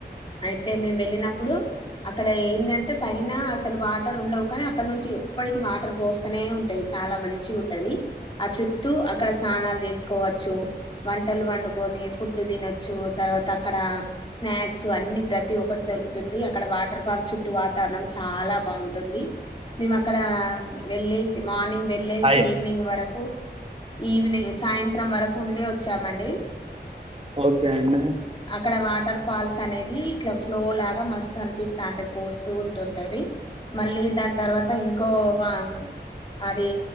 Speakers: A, on the left; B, on the right.
A: అయితే మేము వెళ్ళినప్పుడు అక్కడ ఏందంటే పైన అసలు వా వాటర్ ఉండవు కానీ అక్కడ నుంచి ఎప్పటికి వాటర్ పోస్తనే ఉంటాయి చాలా మంచి ఉంటది ఆ చుట్టూ అక్కడ స్నానాలు చేసుకోవచ్చు వంటలు వండుకొని ఫుడ్ తినొచ్చు తర్వాత అక్కడ స్నాక్స్ అన్ని ప్రతి ఒక్కటి దొరుకుతుంది అక్కడ వాటర్ వాల్ చుట్టూ వాతావరణం చాలా బాగుంటుంది మేము అక్కడ వెళ్ళేస్ మార్నింగ్ వెళ్లేేసి
B: అయే
A: ఈవినింగ్ వరకు ఈవినింగ్ సాయంత్రం వరకు ఉండే వచ్చామండి
B: ఒకే అండి
A: అక్కడ వాటర్ ఫాల్స్ అనేది ఇట్లా ఫ్లో లాగా మస్త్ కనిపిస్తాంటే పోస్తూ ఉంటుంటవి మళ్ళీ దాని తర్వాత ఇంకో వ అది